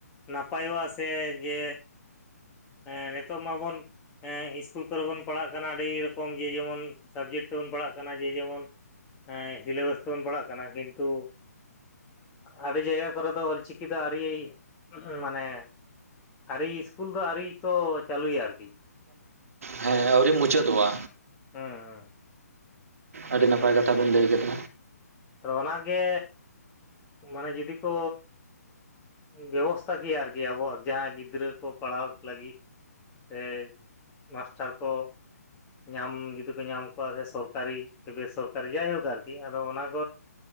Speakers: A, on the left; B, on the right.
A: ᱱᱟᱯᱟᱭᱚᱜᱼᱟ ᱥᱮ ᱡᱮ ᱦᱮᱸ ᱱᱤᱛᱚᱜ ᱢᱟᱵᱚᱱ ᱦᱮᱸ ᱤᱥᱠᱩᱞ ᱠᱚᱨᱮ ᱵᱚᱱ ᱯᱟᱲᱦᱟᱜ ᱠᱟᱱᱟ ᱟᱹᱰᱤ ᱨᱚᱠᱚᱢ ᱡᱮ ᱡᱮᱢᱚᱱ ᱥᱟᱵᱡᱮᱠᱴ ᱛᱮᱵᱚᱱ ᱯᱟᱲᱦᱟᱜ ᱠᱟᱱᱟ ᱡᱮ ᱡᱮᱢᱚᱱ ᱥᱤᱞᱮᱵᱟᱥ ᱛᱮᱵᱚᱱ ᱯᱟᱲᱟᱜ ᱠᱟᱱᱟ ᱠᱤᱱᱛᱩ ᱟᱹᱰᱤ ᱡᱟᱭᱜᱟ ᱠᱚᱨᱮ ᱫᱚ ᱚᱞ ᱪᱤᱠᱤ ᱠᱤᱫᱚ ᱟᱹᱣᱨᱤ ᱢᱟᱱᱮ <inaudible> ᱟᱹᱣᱨᱤ ᱤᱥᱠᱩᱞ ᱫᱚ ᱟᱹᱣᱨᱤ ᱠᱚ ᱪᱟᱹᱞᱩᱭᱟ ᱟᱨᱠᱤ᱾
B: ᱦᱮᱸ ᱟᱹᱣᱨᱤ ᱢᱩᱪᱟᱹᱫᱚᱜᱼᱟ᱾
A: ᱦᱮᱸ ᱦᱩᱸ <inaudible>
B: ᱟᱹᱰᱤ ᱱᱟᱯᱟᱭ ᱠᱟᱛᱷᱟ ᱵᱤᱱ ᱞᱟᱹᱭ ᱠᱮᱫᱟ᱾
A: ᱟᱫᱚ ᱚᱱᱟᱜᱮ ᱢᱟᱱᱮ ᱡᱩᱫᱤ ᱠᱚ᱾ ᱵᱮᱵᱚᱥᱛᱷᱟ ᱠᱮᱭᱟ ᱟᱨᱠᱤ ᱟᱵᱚᱣᱟᱜ ᱡᱟᱦᱟᱸ ᱜᱤᱫᱽᱨᱟᱹ ᱠᱚ ᱯᱟᱲᱦᱟᱣ ᱞᱟᱹᱜᱤᱫ ᱥᱮ ᱢᱟᱥᱴᱟᱨ ᱠᱚ ᱧᱟᱢ ᱡᱩᱫᱤ ᱠᱚ ᱧᱟᱢ ᱠᱚᱜᱣᱟ ᱥᱮ ᱥᱚᱨᱠᱟᱨᱤ ᱥᱮ ᱵᱮᱥᱚᱨᱠᱟᱨᱤ ᱡᱟᱭᱦᱳᱠ ᱟᱨᱠᱤ ᱟᱫᱚ ᱚᱱᱟ <unintelligible>